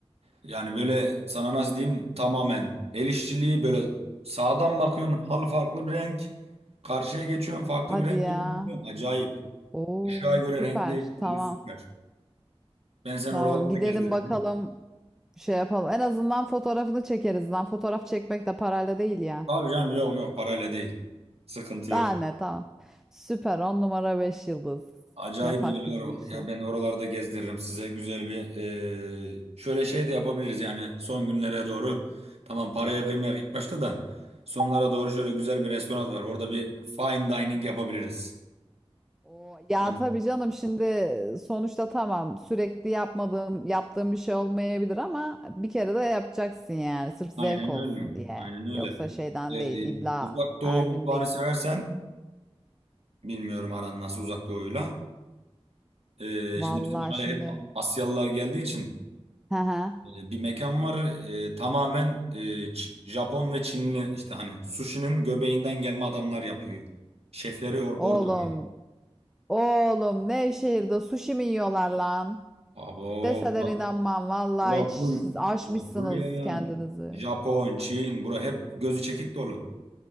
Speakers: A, on the right; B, in the centre.
A: Yani böyle sana nasıl diyeyim tamamen el işçiliği böyle sağdan bakıyorsun halı farklı bir renk. Karşıya geçiyorsun farklı
B: Hadi
A: bir renge
B: ya.
A: bürünüyor. Acayip.
B: Oo
A: Işığa göre
B: süper.
A: renk değiştiriyor
B: Tamam.
A: süper. Ben seni
B: Tamam.
A: oralara
B: Gidelim
A: da gezdirdim.
B: bakalım. Şey yapalım. En azından fotoğrafını çekeriz lan. Fotoğraf çekmek de parayla değil ya.
A: Abi canım yok yok parayla değil. Sıkıntı yok.
B: Daha ne tamam. Süper. on numara 5 yıldız.
A: Acayip
B: Yapak
A: yerler
B: biz
A: var.
B: bu işi.
A: Yani ben oraları da gezdiririm size. Güzel bir eee, şöyle şey de yapabiliriz yani son günlere doğru. Tamam paraya kıymak ilk başta da sonlara doğru şöyle güzel bir restoran var. Orada bir fine dining yapabiliriz.
B: Oo, ya
A: Bu da
B: tabii canım şimdi sonuçta tamam sürekli yapmadığım yaptığım bir şey olmayabilir ama bir kere de yapacaksın yani sırf zevk
A: Aynen
B: olsun
A: öyle.
B: diye.
A: Aynen öyle.
B: Yoksa şeyden
A: Ee,
B: değil illa
A: uzak doğu
B: her
A: mutfağını
B: gün değil.
A: seversen bilmiyorum aran nasıl uzak doğuyla. Ee,
B: Vallahi
A: şimdi bizim oraya
B: şimdi.
A: hep Asyalılar geldiği için
B: Hı hı.
A: e, bir mekan var. E, tamamen e, Ç- Japon ve Çinli işte hani sushi'nin göbeğinden gelme adamlar yapıyor. Şefleri or
B: Oğlum
A: oradan.
B: Oğlum Nevşehir'de sushi mi yiyorlar lan?
A: Abo
B: Deseler
A: bura,
B: inanmam vallahi
A: bura
B: hiç siz
A: full,
B: aşmışsınız
A: bura full ya.
B: kendinizi.
A: Japon, Çin bura hep gözü çekik dolu.